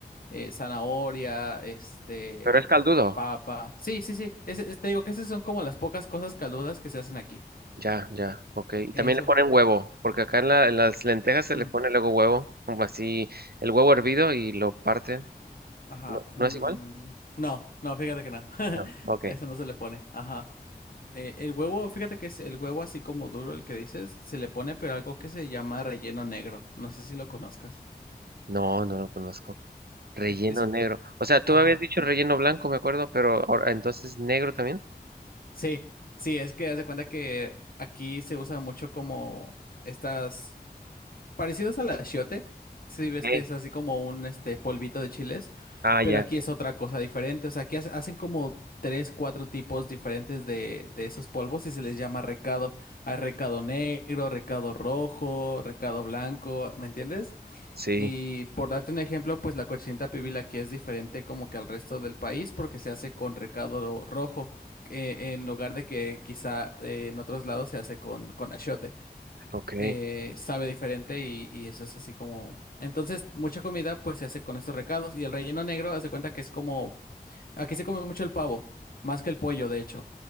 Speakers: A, on the left; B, on the right.
A: eh, zanahoria, este,
B: Pero es caldudo.
A: papa, sí, sí, sí, ese- es- te digo que esas son como las pocas cosas caldudas que se hacen aquí,
B: Ya, ya. Ok. Y también
A: eso,
B: le ponen huevo, porque acá en, la- en las lentejas se
A: mm,
B: le pone luego huevo, como así, el huevo hervido y lo parten.
A: ajá,
B: ¿No,
A: mm,
B: no es igual?
A: no, no, fíjate que no, <laughs>
B: No. Ok.
A: a eso no se le pone, Ajá. Eh, el huevo, fíjate que es el huevo así como duro el que dices, se le pone pero algo que se llama relleno negro. No sé si lo conozcas.
B: No, no lo conozco. Relleno
A: Es, es-
B: negro. O sea, tú
A: ajá.
B: me habías dicho relleno blanco, me acuerdo, pero ahora, entonces negro también.
A: Sí, sí, es que haz de cuenta que aquí se usan mucho como estas parecidos al achiote. Sí,
B: Ok.
A: ves que es así como un este polvito de chiles,
B: Ah,
A: pero
B: ya.
A: aquí es otra cosa diferente. O sea, aquí hace- hacen como tres, cuatro tipos diferentes de, de esos polvos y se les llama recado. Hay recado negro, recado rojo, recado blanco, ¿me entiendes?
B: Sí.
A: Y por darte un ejemplo, pues la cochinita pibil aquí es diferente como que al resto del país porque se hace con recado rojo, eh, en lugar de que quizá eh, en otros lados se hace con, con achiote.
B: Ok.
A: Eh, sabe diferente y, y eso es así como... Entonces, mucha comida pues se hace con estos recados y el relleno negro, haz de cuenta que es como... Aquí se come mucho el pavo, más que el pollo, de hecho.